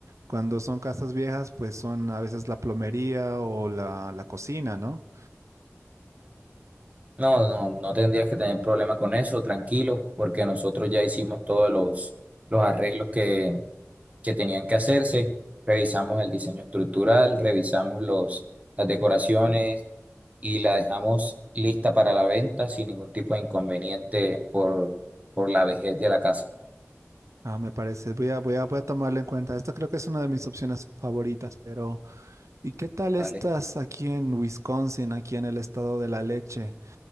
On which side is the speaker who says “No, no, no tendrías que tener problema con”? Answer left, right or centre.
Right